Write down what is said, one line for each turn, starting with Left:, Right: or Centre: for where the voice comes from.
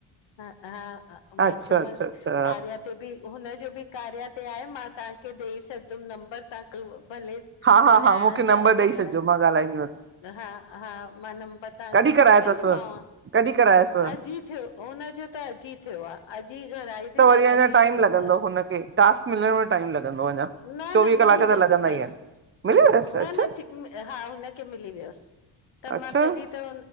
Left: ह हा म
Right: अच्छा
Left: चयोमासि
Right: अच्छा अच्छा
Left: कार्या ते बि हुन जो बि कार्या ते आहे मां तव्हांखे ॾेई छॾंदमि नंबर तव्हां कल भले
Right: हा हा
Left: ॻलाइण
Right: हा मूंखे
Left: चयो
Right: नंबर ॾेई
Left: त
Right: छॾिजो
Left: ॻल
Right: मां ॻाल्हाईंदीमस
Left: हा हा मां नंबर तव्हांखे
Right: कॾहिं करायो
Left: मोकिलंदीमाव
Right: अथसि कॾहिं करायोसि
Left: अॼु थियो हुनजो त अॼु थियो आहे अॼु ही घराई थी
Right: वरी
Left: त
Right: अञा
Left: अॼु
Right: टाइम
Left: ई थियो
Right: लॻंदो
Left: अथसि
Right: हुनखे टास्क मिलण में टाइम लॻंदो अञा।
Left: न
Right: चोवीह
Left: न मिली
Right: कलाक
Left: वियसि
Right: त लॻंदा ई
Left: असि
Right: आहिनि मिली वियसि
Left: न
Right: अच्छा
Left: न ठीक हा हुनखे मिली वियसि त
Right: अच्छा
Left: मां तॾहिं त